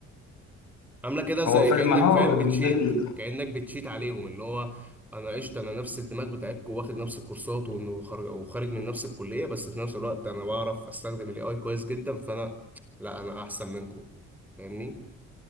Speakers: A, in the centre; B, on the left (about 70°).
A: عاملة كده زي
B: هو فاهم
A: كأنك
B: اه
A: فاهم
B: يعني
A: بتشيت
B: ده ال-
A: كأنك بتشيت عليهم اللي هو انا قشطة انا نفس الدماغ بتاعتكم واخد نفس الكورسات وخارج وخارج من نفس الكلية بس في نفس الوقت انا بعرف استخدم الاي اي كويس جدا فانا لا انا احسن منكم فاهمني